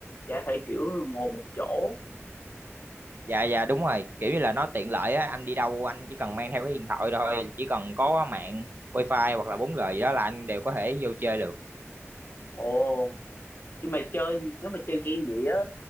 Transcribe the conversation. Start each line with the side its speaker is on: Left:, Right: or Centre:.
Left: chả phải kiểu ngồi một chỗ
Right: dạ dạ đúng rồi kiểu như là nó tiện lợi á anh đi đâu anh chỉ cần mang theo cái điện thoại thôi chỉ cần có mạng wifi hoặc là bốn g gì đó là anh đều có thể vô chơi được
Left: ồ nhưng mà chơi nếu mà chơi game vậy á